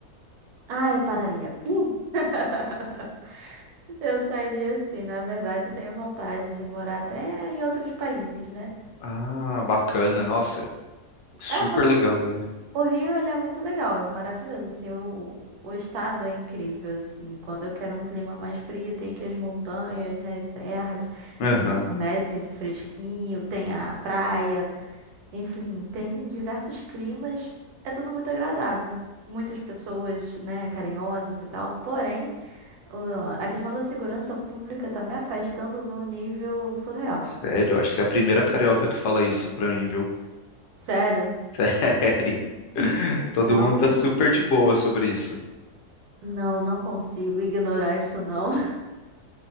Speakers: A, on the right; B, on the left.
A: Ah, eu pararia. <laughs> Eu sairia sim, na verdade, eu tenho vontade de morar até em outros países, né?
B: Ah, bacana, nossa, super
A: É, porque
B: legal,
A: assim,
B: velho.
A: O Rio, ele é muito legal, é maravilhoso, assim, o, o estado é incrível, assim, quando eu quero um clima mais frio, tem aqui as montanhas, né, as serras
B: Aham.
A: que me fornecem esse fresquinho, tem a praia, enfim, tem diversos climas, é tudo muito agradável. Muitas pessoas, né, carinhosas e tal, porém, o- a questão da segurança pública tá me afastando num nível surreal.
B: Sério, acho que você é a primeira carioca que fala isso pra mim, viu?
A: Sério?
B: <laughs> Sério. Todo
A: Não,
B: mundo
A: pô,
B: tá super de boa sobre isso.
A: não, não consigo ignorar isso, não.